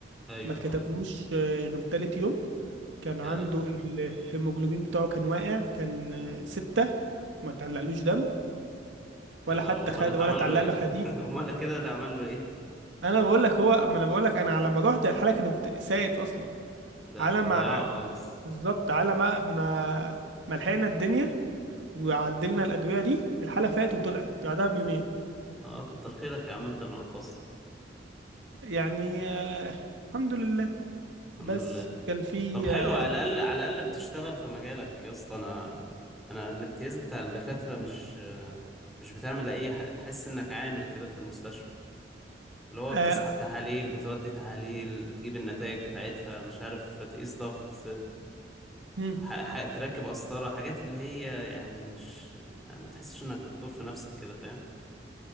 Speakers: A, in the centre; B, on the right (about 85°).
A: ايوه
B: ما اتكتبلوش
A: اه
B: آه، غير تالت يوم كان
A: يا
B: عنده
A: لهوي
B: الهيموجلوبين بتاعه كان واقع كان آه، ستة وما تعلقلوش دم
A: يا
B: ولا
A: لهوي
B: حتى
A: امال
B: خد
A: اتعمل
B: ولا تعلق
A: له ايه
B: له حديد
A: <laughs> امال كده اتعمل له ايه
B: انا بقول لك هو ما انا بقول لك انا على ما رحت الحاله كانت ساقط اصلا
A: ده
B: على
A: في الضياع
B: ما
A: خالص
B: بالظبط على ما ما ما لحقنا الدنيا وعدلنا الادويه دي الحاله فاتت وطلعت بعدها بيومين
A: اه كتر خيرك يا عم انت اللي انقذت
B: يعني آه الحمد لله
A: الحمد
B: بس
A: لله
B: كان في
A: طب حلو
B: آه،
A: على الاقل على الاقل بتشتغل في مجالك يا اسطى انا انا الامتياز بتاع الدكاترة مش مش بتعمل اي حاجة تحس انك عامل كده في المستشفى اللي هو
B: آه
A: بتسحب تحاليل بتودي تحاليل تجيب النتائج بتاعتها مش عارف تقيس ضغط
B: مم.
A: ح- ح- تركب قسطرة حاجات اللي هي يعني مش ما تحسش انك دكتور في نفسك كده فاهم